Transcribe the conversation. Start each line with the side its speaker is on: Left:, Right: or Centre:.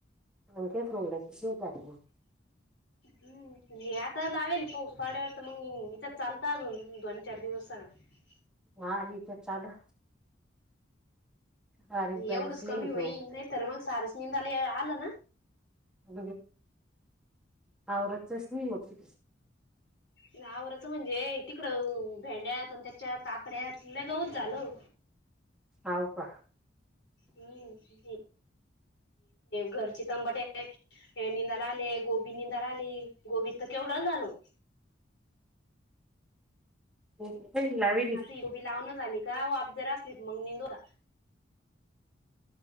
Centre: ह तेच म्हनल.
Left: हम् आता लावेल पाऊस पाड्यावर तर मग हचत चालत अजून दोन चार दिवस करत.
Centre: हा इथ चालू बारीक बारीक
Left: एवढच कमी
Centre: लय गवत
Left: होई नाही, तर मग सारचं निंदली आल ना?
Centre: अ हवरातच नाही होती.
Left: नावरचं म्हणजे तिकड भेंड्यात त्याच्या काकड्यातलं गऊत झालं.
Centre: हाव का.
Left: हम्म. घरची तंबाटे निंदाला आले गोबी निंदाला आली गोबी तर केवढा झालो.
Centre: रोपे लाविली.
Left: आता ही गोबी लावणं झाली वाबजरा असली तर निंदरा.